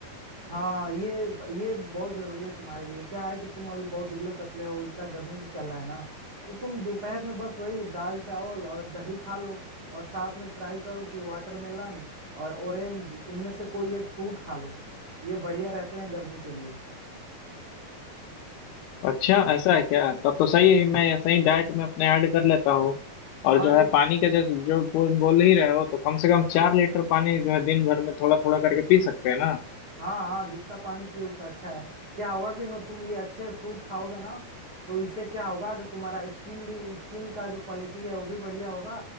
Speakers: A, on the right (about 50°); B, on the left (about 85°).
A: हाँ ये ये बहुत जरूरी है तुम्हारे लिए क्या है कि तुम अभी बहुत दुबले पतले हो इतना गर्मी भी चल रहा है ना तो तुम दोपहर में बस वही दाल चावल और दही खा लो और साथ में ट्राई करो कि वाटरमेलन और ऑरेंज इनमें से कोई एक फ्रूट खा लो ये बढ़िया रहते हैं गर्मी के लिए
B: अच्छा ऐसा है क्या तब तो सही
A: हाँ
B: है मैं ये सही डाइट में अपने ऐड कर लेता हूँ और
A: हाँ
B: जो
A: ये
B: है पानी का जैसे जो बोल बोल ही रहे हो तो कम से कम चार लीटर पानी जो है दिन भर में थोड़ा थोड़ा करके पी सकते हैं ना
A: हाँ हाँ जितना पानी पियो उतना अच्छा है क्या होगा कि नो तुम ये अच्छे फ्रूट खाओगे ना तो इससे क्या होगा कि तुम्हारा स्किन भी स्किन का जो क्वालिटी है वो भी बढ़िया होगा